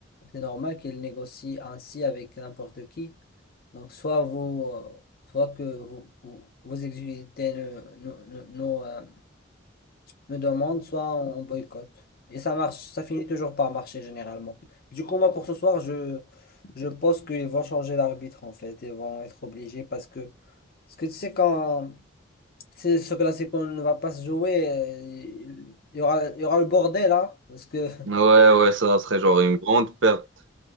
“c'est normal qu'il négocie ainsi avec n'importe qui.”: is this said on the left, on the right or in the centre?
Left